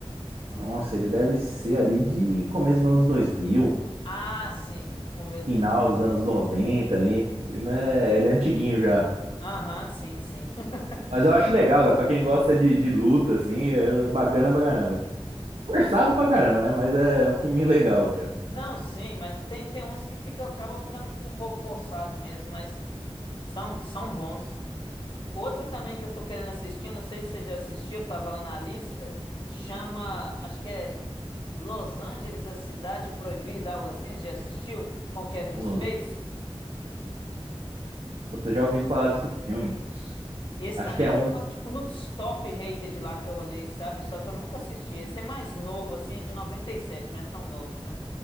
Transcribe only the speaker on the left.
Ah, sim. Começo
dos anos.
Aham, sim, sim. <laughs>
Não, sim, mas tem, tem uns que fica, acaba ficando um pouco forçado mesmo, mas são, são bons. Outro também que eu tô querendo assistir, eu não sei se você já assistiu, tava lá na lista, chama, acho que é Los Angeles, a Cidade Proibida, algo assim, você já assistiu? Com Kevin
Spacey?
Esse
também
tava, tipo, nos top rated lá que eu olhei, sabe? Só que eu nunca assisti. Esse é mais novo, assim, é de 97 não é tão novo, né?